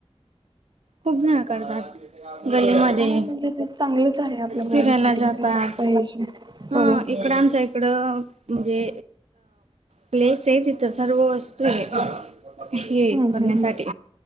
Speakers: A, on the right (about 85°); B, on the right (about 45°).
A: खूप जन करतात. गल्लीमध्ये!
B: हा म्हणजे ते चांगलंच आहे आपल्या बॉडीसाठी
A: फिरायला जातात.
B: करायलाच पाहिजे हो
A: ह
B: ना
A: इकड, आमच्या इकडं, म्हणजे प्लेस आहे. तिथं सर्व वस्तू आहे. हे
B: हम्म
A: करण्यासाठी,
B: हम्म